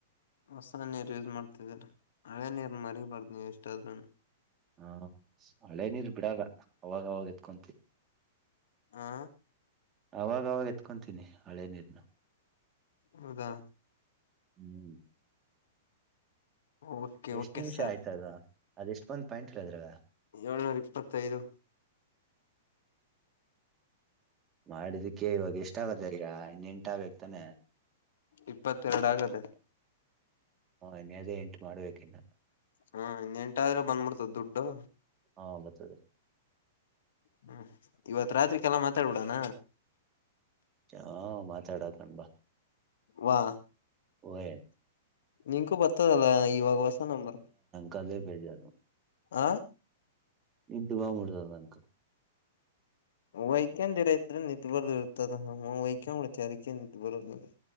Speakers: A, on the left; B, on the right.
A: ಹೊಸ ನೀರು ಯೂಸ್ ಮಾಡ್ತಿದ್ರ ಹಳೇ ನೀರು ಮರಿಬಾರ್ದ ನೀವ ಎಷ್ಟಾದ್ರೂನು
B: ಹಾ ಹಳೆ ನೀರ್ ಬಿಡಾಗ ಅವಾಗವಾಗ ಎತ್ಕೊಂತೀನಿ
A: ಹಾ
B: ಅವಾಗವಾಗ ಎತ್ಕೊತೀನಿ ಹಳೆ ನೀರ್ನು
A: ಹೌದಾ
B: ಹ್ಮ್
A: ಓಕೆ
B: ಎಷ್ಟ್
A: ಓಕೆ
B: ನಿಮಿಷ
A: ಸರ್
B: ಆಯ್ತ ಅದ ಅದ ಎಷ್ಟ ಬಂದ ಪಾಯಂಟ್್ರ ಅದ್ರಾಗ
A: ಏಳ್ನೂರ ಇಪ್ಪತ್ತೈದು
B: ಮಾಡದಕ್ಕೆ ಇವಾಗ ಎಷ್ಟ ಆಗತ್ತೀರಾ ಇನ್ನೆಂಟ ಬಕ್ತಾನೆ
A: ಇಪ್ಪತ್ತೆರಡು ಆಗದೆ
B: ಹಾ ಇನ್ನು ಅದೇ ಎಂಟು ಮಾಡ್ಬೇಕ ಇನ್ನ
A: ಹಾೆಂಟಾದ್ರೆ ಬಂದ್ಬಿಡ್ತದ ದುಡ್ಡು
B: ಹಾ ಬತ
A: ಹ್ಮ ಇವತ್ ರಾತ್ರಿಕಲ್ಲ ಮಾತಾಡ್ಬಿಡಣ
B: ಾ ಮಾತಾಡತ ಅಣಂಬ
A: ವಾ
B: ವಯನ್
A: ನಿನ್ಕೂ ಬರ್ತದಲ್ಲ ಇವಾಗ ಹೊಸ ನಂಬರ್
B: ಕಾಲ ಪೇಜಾರ
A: ಆ
B: ಇಂತ ಮಾಬಡಿದಕ
A: ವೈಕ್ಯಂಡ ರೈತ ನಿಂತು ಬರದ ಇರುತ್ತದಮ್ಮ ವೈಕ್ಯಳಕ್ಕೆ ಅದಕ್ಕೆ ನಿಂತು ಬರೋದಿಲ್ಲ